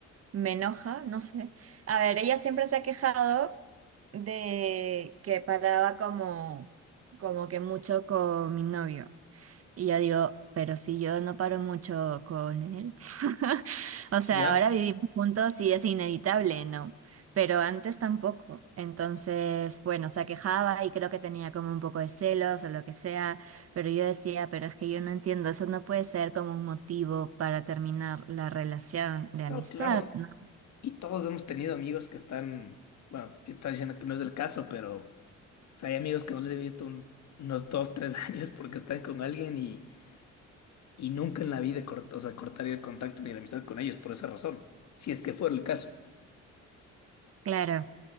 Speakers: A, on the right; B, on the left.
A: me enoja, no sé. A ver, ella siempre se ha quejado de que paraba como, como que mucho con mi novio. Y yo digo, pero si yo no paro mucho con él. <laughs> O sea,
B: ¿Ya?
A: ahora vivimos juntos y es inevitable, ¿no? Pero antes tampoco. Entonces, bueno, se quejaba y creo que tenía como un poco de celos o lo que sea, pero yo decía, pero es que yo no entiendo, eso no puede ser como un motivo para terminar la relación de
B: No,
A: amistad,
B: claro.
A: ¿no?
B: Y todos hemos tenido amigos que están, bueno, están diciendo que no es el caso, pero... O sea, hay amigos que no les he visto un- unos dos, tres <laughs> años porque están con alguien y Y nunca en la vida cort- o sea, cortaría el contacto ni la amistad con ellos por esa razón, si es que fuera el caso.
A: Claro.